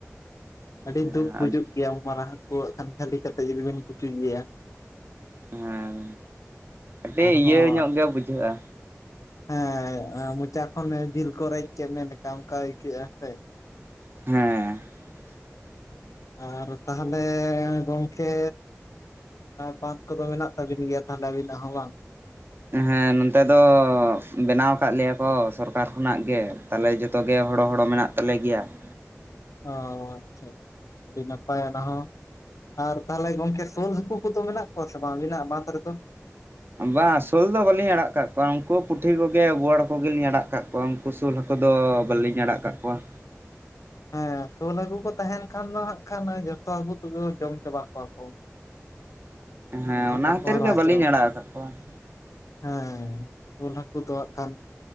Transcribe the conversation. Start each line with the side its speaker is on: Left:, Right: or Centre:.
Left: ᱟᱹᱰᱤ
Right: ᱦᱮᱸ
Left: ᱫᱩᱠ ᱵᱩᱡᱩᱜ ᱜᱮᱭᱟ, ᱩᱱ ᱢᱟᱨᱟᱝ ᱦᱟᱠᱩ ᱦᱟᱸᱜ ᱠᱷᱟᱱ ᱠᱷᱟᱹᱞᱤ ᱠᱟᱛᱮᱫ, ᱡᱩᱫᱤ ᱵᱮᱱ ᱯᱷᱩᱪᱩ ᱜᱮᱭᱟ
Right: ᱦᱮᱸ ᱠᱟᱹᱴᱤᱡ
Left: ᱟᱨ
Right: ᱤᱭᱟᱹ
Left: ᱦᱚᱸ
Right: ᱧᱚᱜ ᱜᱮ ᱵᱩᱡᱷᱟᱹᱜᱼᱟ
Left: ᱦᱮᱸ ᱢᱚᱪᱟ ᱠᱷᱚᱱ ᱡᱤᱞ ᱠᱚ ᱨᱮᱡ ᱠᱮᱫ ᱢᱮ ᱞᱮᱠᱟ ᱚᱱᱠᱟᱹ ᱟᱹᱭᱠᱟᱹᱜᱼᱟ ᱥᱮ?
Right: ᱦᱮᱸ ᱾
Left: ᱟᱨ ᱛᱟᱦᱚᱞᱮ ᱜᱚᱝᱠᱮ ᱵᱟᱸᱫ ᱠᱚᱫᱚ ᱢᱮᱱᱟᱼᱜ ᱛᱟᱵᱤᱱ ᱜᱮᱭᱟ, ᱛᱟᱦᱚᱞᱮ ᱟᱵᱤᱱᱟᱜ ᱦᱚᱸ ᱵᱟᱝ?
Right: ᱦᱮᱸ ᱱᱚᱛᱮ ᱫᱚ ᱵᱮᱱᱟᱣ ᱠᱟᱜ ᱞᱮᱭᱟ ᱠᱚ ᱥᱚᱨᱠᱟᱨ ᱠᱷᱚᱱᱟᱜ ᱜᱮ ᱛᱟᱦᱚᱞᱮ ᱡᱚᱛᱚ ᱜᱮ ᱦᱚᱲ ᱦᱚᱲᱚ ᱢᱮᱱᱟᱜ ᱛᱟᱞᱮ ᱜᱮᱭᱟ ᱾
Left: ᱚ ᱟᱪᱪᱷᱟ ᱟᱹᱰᱤ ᱱᱟᱯᱟᱭ ᱚᱱᱟ ᱦᱚᱸ ᱾ ᱟᱨ ᱛᱟᱦᱚᱞᱮ ᱜᱚᱝᱠᱮ, ᱥᱳᱞ ᱦᱟᱠᱩ ᱠᱚᱫᱚ ᱢᱮᱱᱟᱜ ᱠᱚᱣᱟ ᱥᱮ ᱵᱟᱝ ᱟᱵᱤᱱᱟᱜ ᱵᱟᱸᱫᱷ ᱨᱮᱫᱚ?
Right: ᱵᱟ ᱥᱳᱞ ᱫᱚ ᱵᱟᱹᱞᱤᱧ ᱟᱲᱟᱜ ᱠᱟᱜ ᱠᱚᱣᱟ, ᱩᱱᱠᱩ ᱯᱩᱴᱷᱤ ᱠᱚᱜᱮ ᱵᱳᱣᱟᱲ ᱠᱚᱜᱮᱞᱤᱧ ᱟᱲᱟᱜ ᱠᱟᱜ ᱠᱚᱣᱟ ᱩᱱᱠᱩ ᱥᱳᱞ ᱦᱟᱠᱩ ᱫᱚ ᱵᱟᱹᱞᱤᱧ ᱟᱲᱟᱜ ᱠᱟᱜ ᱠᱚᱣᱟ ᱾
Left: ᱦᱮᱸ ᱥᱳᱞ ᱟᱹᱜᱩ ᱠᱚ ᱛᱟᱦᱮᱱ ᱠᱷᱟᱱ ᱫᱚ ᱦᱟᱸᱜ ᱠᱷᱟᱱ ᱡᱚᱛᱚ ᱦᱟᱠᱩ ᱛᱮᱜᱮ ᱡᱚᱢ ᱪᱟᱵᱟᱜ ᱠᱚᱣᱟ ᱠᱚ
Right: ᱦᱮᱸ
Left: ᱮᱱᱠᱷᱟᱱ
Right: ᱚᱱᱟ
Left: ᱵᱟᱠᱚ
Right: ᱠᱷᱟᱹᱛᱤᱨ
Left: ᱦᱟᱨᱟ
Right: ᱜᱮ
Left: ᱦᱚᱪᱚ
Right: ᱵᱟᱞᱤᱧ ᱟᱲᱟᱜ ᱟᱠᱟᱫ ᱠᱚᱣᱟ ᱾
Left: ᱦᱮᱸ ᱥᱳᱞ ᱦᱟᱠᱩ ᱫᱚ ᱦᱟᱸᱜ ᱠᱷᱟᱱ